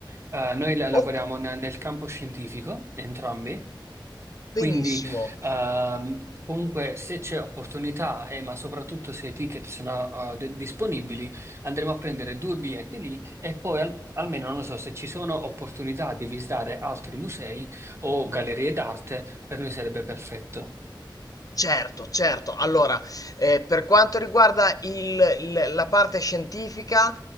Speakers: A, on the right; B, on the left.
A: Eh, noi la- lavoriamo
B: oh,
A: ne- nel campo scientifico, entrambi,
B: benissimo.
A: quindi ehm, comunque se c'è opportunità, e ma soprattutto se i ticket sono eh, d- disponibili, andremo a prendere due biglietti lì e poi al- almeno non lo so se ci sono opportunità di visitare altri musei o gallerie d'arte, per noi sarebbe perfetto.
B: Certo, certo. Allora, eh, per quanto riguarda il il la parte scientifica,